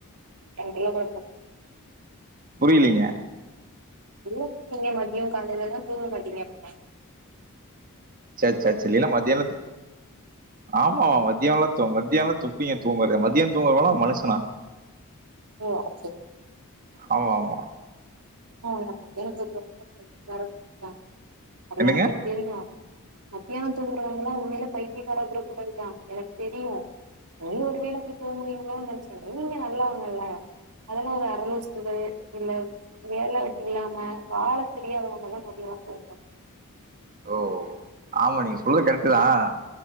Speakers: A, on the right; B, on the right.
A: தூங்க மாட்டீங்க
B: புரியலீங்க
A: இல்ல நீங்க மதியம் காலிலல்லாம் தூங்க மாட்டீங்க அப்பனா
B: செரி செரி செரி இல்ல மத்தியானம் தூங் ஆமா ஆ மத்தியாம் மத்தியானம் தூங் இப்ப ஏன் தூங்கற மதியம் தூங்கறவலாம் மனுஷனா
A: ஓ அப்
B: ஆமா ஆமா
A: ஆஹா மதியானம் தூங்குரங்காலம் அது
B: என்னங்க
A: எனக்கே தெரியும் மத்தியானம் தூங்குறவாங்கல்லாம் உண்மையில பைத்தியகார குரூப்புகள் தான் எனக்கு தெரியும் ஒரு வேளை போய் தூங்குவீங்களோனு நினைச்சேன் இல்ல இல்ல நல்லா நல்லா அதெல்லாம் ஒரு அரலூசூகள் இல்ல வேலை வெட்டி இல்லாம வாழ தெரியாதவங்க எல்லாம் மதியல்லாம் தூங்குவாங்க
B: ஓவ் ஆமா நீங்க சொல்ற கரெக்ட்டுதான்